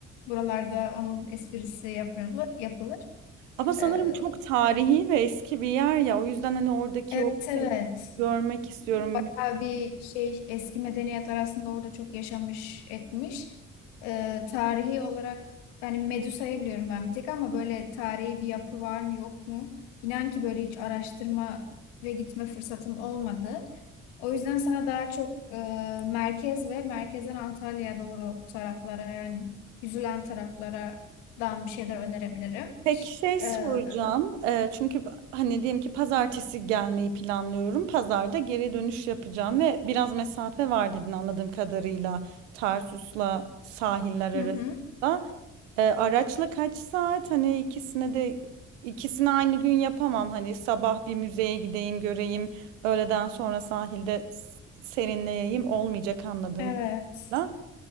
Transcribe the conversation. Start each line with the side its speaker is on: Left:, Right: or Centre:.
Left: Buralarda onun esprisi yapılır, yapılır.
Right: Ama sanırım
Left: Ee,
Right: çok tarihi ve eski bir yer ya o yüzden hani oradaki
Left: evet
Right: o
Left: evet.
Right: şeyi görmek istiyorum.
Left: Bayağı bir şey eski medeniyetler aslında orada çok yaşamış etmiş. Ee, tarihi olarak yani Medusa'yı biliyorum ben bir tek ama böyle tarihi bir yapı var mı yok mu? İnan ki böyle hiç araştırma ve gitme fırsatım olmadı. O yüzden sana daha çok e, merkez ve merkezden Antalya'ya doğru taraflara yani yüzülen taraflardan bir şeyler önerebilirim.
Right: Peki şey soracağım.
Left: Ee,
Right: Eee, çünkü b- hani diyelim ki pazartesi gelmeyi planlıyorum. Pazarda geri dönüş yapacağım ve biraz mesafe var dedin anladığım kadarıyla Tarsus'la sahiller arasında.
Left: hı hı.
Right: Eee, araçla kaç saat? Hani ikisine de ikisini aynı gün yapamam. Hani sabah bir müzeye gideyim, göreyim. Öğleden sonra sahilde s- serinleyeyim olmayacak anladığım
Left: Evet.
Right: kadarıyla.